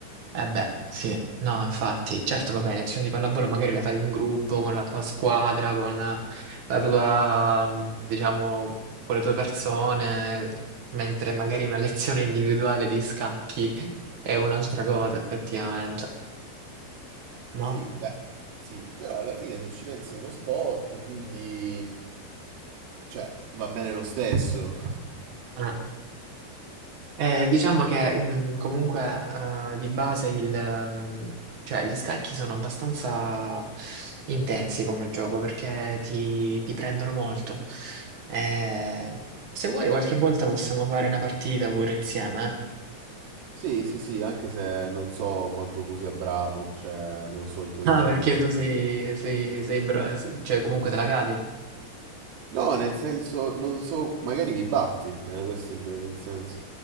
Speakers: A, on the right; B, on the right.
A: Eh beh, sì, no, infatti, certo, vabbè, lezioni di pallavolo magari le fai in gruppo, con la tua squadra, con la tua, mh, diciamo, con le tue persone, mentre magari una <laughs> lezione individuale di scacchi è un'altra cosa, effettivamente, no?
B: Sì, beh, sì, però alla fine se ci pensi è uno sport, quindi, cioè, va bene lo stesso.
A: Eh. Eh, diciamo che mm, comunque eh, di base il, mm, cioè, gli scacchi sono abbastanza intensi come gioco perché ti, ti prendono molto. Eh, se vuoi qualche volta possiamo fare una partita pure insieme, eh? <laughs>
B: Sì, sì, sì, anche se non so quanto tu sia bravo, cioè non so il tuo
A: Ah,
B: livello,
A: perché
B: magari.
A: tu sei, sei, sei bra- cioè comunque te la cavi.
B: No, nel senso, non so, magari mi batti, era questo il, il senso.